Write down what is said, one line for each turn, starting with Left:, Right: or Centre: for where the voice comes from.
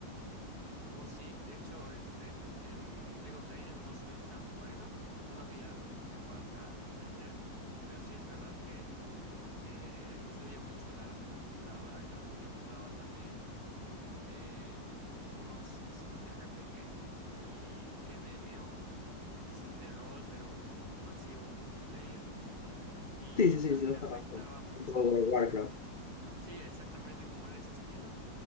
Right: Oh, sí, de hecho, este, en League of Legends no soy tan bueno, todavía me falta aprender, pero sí es verdad que que influye mucho la, la computadora. Yo, yo jugaba también em, unos que son RPG y MMO, es decir, de rol, pero masivos multiplayer. Y
Left: Sí, sí, sí,
Right: me,
Left: sí,
Right: me
Left: los
Right: afectaba
Left: conozco.
Right: mucho,
Left: El juego de Warcraft,
Right: sí, exactamente como es de ese estilo